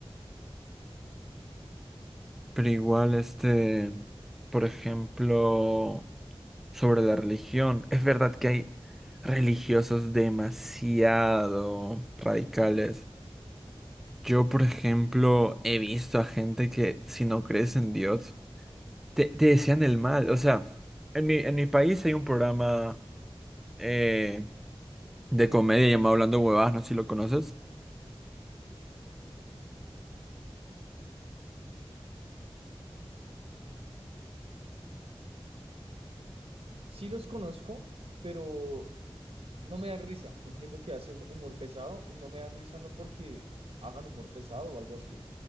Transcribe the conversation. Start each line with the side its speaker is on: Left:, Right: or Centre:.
Centre: Pero
Right: s-
Centre: igual, este, por ejemplo, sobre la religión, es verdad que hay religiosos demasiado radicales. Yo, por ejemplo, he visto a gente que si no crees en Dios, te, te desean el mal. O sea, en mi, en mi país hay un programa eh, de comedia llamado Hablando Huevadas, no sé si lo conoces.
Right: Sí los conozco, pero no me dan risa. Entiendo que hacen humor pesado y no me dan risa no porque hagan humor pesado o algo así,